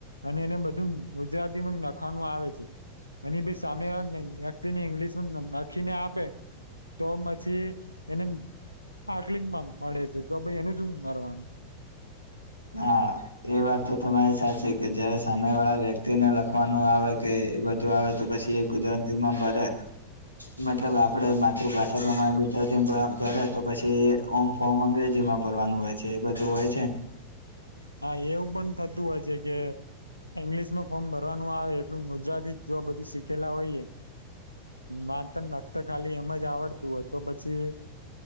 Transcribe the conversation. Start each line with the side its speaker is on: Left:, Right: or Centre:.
Left: અને એને બધું ગુજરાતીમાં લખવાનું આવે છે. એની ભી સામે વા વ્યક્તિ ને ઇંગ્લિશ લખીને આપે તો પછી એને તકલીફ પડે છે તો ભ એને શું કરવાનું
Right: હા એ વાતો તો તમારી સાચી કે જયારે સામે વાળા વ્યક્તિ તેને લખવાનું આવે કે એ બધું આવે તો પછી એ ગુજરાતીમાં ભરે મતલબ આપડે માતૃભાષા પ્રમાણે ભરે તો પછી ઓમ ફોર્મ અંગ્રેજીમાં ભરવાનું હોય છે એ બધું હોય છેને
Left: હા એવું પણ થતું હોય છે કે ઈંગ્લિશ માં ફોર્મ ભરવાનું આવે એટલું ગુજરાતી જોવા બધું શીખેલા હોયએ વાંચતા લખતાં ખાલી એમ જ આવડતું હોય તો પછી